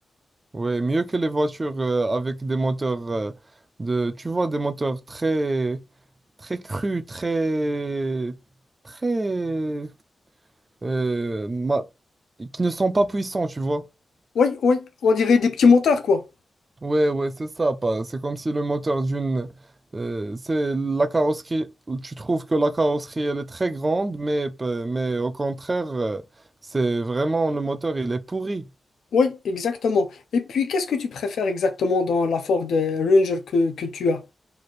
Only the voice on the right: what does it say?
Ouais, mieux que les voitures euh, avec des moteurs euh, de, tu vois, des moteurs très, très crus, très, très, euh, ma- qui ne sont pas puissants, tu vois.
Ouais, ouais, c'est ça. pas- C'est comme si le moteur d'une. euh, c'est la carrosserie. Tu trouves que la carrosserie, elle est très grande, mais, pe- mais au contraire, euh, c'est vraiment le moteur, il est pourri.